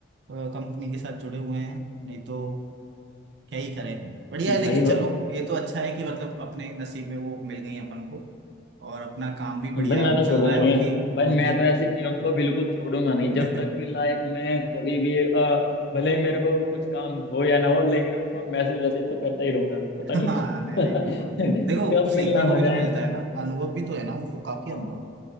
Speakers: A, on the right; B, on the left.
A: कंपनी के साथ जुड़े हुए हैं नहीं तो क्या ही करें बढ़िया है लेकिन
B: भाई भाई
A: चलो ये तो अच्छा है कि मतलब अपने नसीब में वो मिल गई अपन को और अपना काम भी बढ़िया
B: भाई मैं तो
A: चल
B: छोड़ूंगा
A: रहा है
B: नहीं
A: उनकी
B: ऐसे भाई
A: उनकी
B: मैं तो ऐसे किया को बिल्कुल छोड़ूंगा नहीं जब
A: <laughs>
B: तक भी लाइफ में कभी भी अ, भले ही मेरे को कुछ काम हो या ना हो लेकिन उनको मैसेज वैसेज तो करता ही रहूंगा पता
A: हाँ
B: नहीं
A: नहीं
B: <laughs>
A: नहीं बिल्कुल देखो
B: कब
A: सीखने
B: मिलना
A: को
B: हो
A: भी
B: जाए
A: तो मिलता है ना अनुभव भी तो है ना उनको काफी अनुभव
B: हाँ।
A: है।